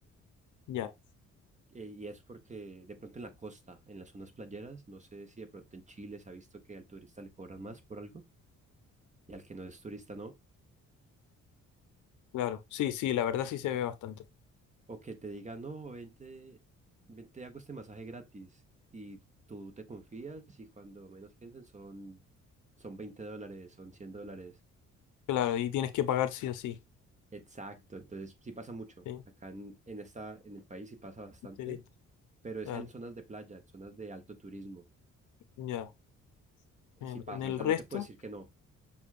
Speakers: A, on the left (about 80°); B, on the right (about 25°).
A: Ya,
B: eh, y es porque de pronto en la costa, en las zonas playeras, no sé si de pronto en Chile se ha visto que al turista le cobran más por algo y al que no es turista no.
A: claro. Sí, sí, la verdad sí se ve bastante.
B: O que te diga, no, vente, vente, hago este masaje gratis. Y tú te confías y cuando menos piensen son, son 20 dólares, son 100 dólares.
A: Claro, y tienes que pagar sí o sí.
B: Exacto, entonces sí pasa mucho.
A: Sí,
B: Acá en, en esta, en el país sí pasa bastante,
A: turista,
B: pero es
A: claro.
B: en zonas de playa, en zonas de alto turismo.
A: Ya. En,
B: Sí pasa,
A: en el
B: o sea,
A: resto,
B: no te puedo decir que no.